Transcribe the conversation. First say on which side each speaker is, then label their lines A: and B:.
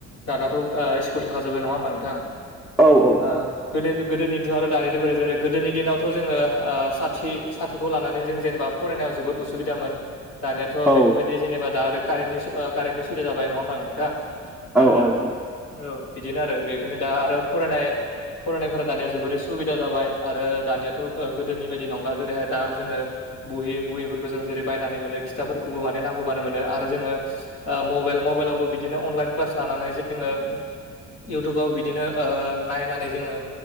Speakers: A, on the left; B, in the centre.
A: दानाथ' ओ स्कुल थाखाजोबबाय नङा ओमबा नोंथां
B: औ औ
A: गो गोदोनिथ' आरो दानिथ' बोरै जेरै गोदोनि दिनाव थ' जोङो साथि साथिखौ लानानै जों जेनेबा फरायनायाव जोबोद उसुबिदामोन दानियाथ'
B: औ
A: बेफोरबायदि जेनेबा दा आरो कारेन्टनि कारेन्ट सुबिदा जाबाय नङा होनबा नोंथां
B: औ
A: ओ बिदिनो आरो बेखोनो दा आरो फरायनाय फरायनायफोरा दानिया जोबोरै सुबिदा जाबाय आरो दानिया थ' गोदोनि बायदि नंला जेरैहाय दा जोङो बुहि बुहिफोरखौ जों जेरै बायनानै मोनो खिथाबफोरखौबो माने नांगौबानो मोनो आरो जोङो ओ मबेल मबेलावबो बिदिनो अनलाइन क्लास लानानै जोङो इउटुबाव बिदिनो ओ नायनानै जोङो